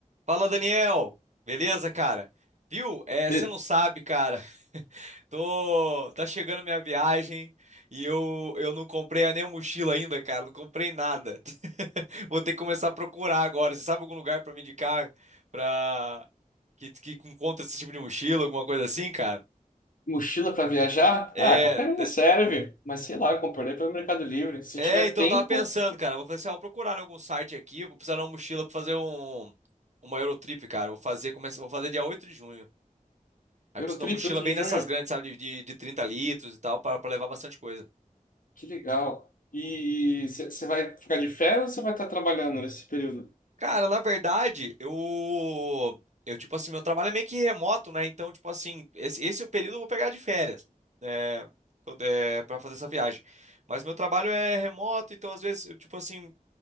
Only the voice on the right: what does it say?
Fala, Daniel. Beleza, cara? Viu? É,
você não sabe, cara. <laughs> Tô, tá chegando minha viagem e eu, eu não comprei nem a mochila ainda, cara. Não comprei nada. <laughs> Vou ter que começar a procurar agora. Você sabe algum lugar pra me indicar pra que, que encontra esse tipo de mochila, alguma coisa assim, cara?
É,
de-
é,
então
eu tava pensando, cara. Eu Vou fazer assim, ah, vou procurar em algum site aqui. Vou precisar de uma mochila pra fazer um uma Eurotrip, cara. Eu Vou fazer, começa, vou fazer dia 8 de junho. Aí
preciso de uma mochila
bem
dessas grandes, sabe? De, de, de 30 litros e tal, para pra levar bastante coisa.
Cara, na verdade, eu. Eu, tipo assim, meu trabalho é meio que remoto, né? Então, tipo assim, esse, esse é o período que eu vou pegar de férias. É, tô- é, pra fazer essa viagem. Mas meu trabalho é remoto, então às vezes, eu, tipo assim,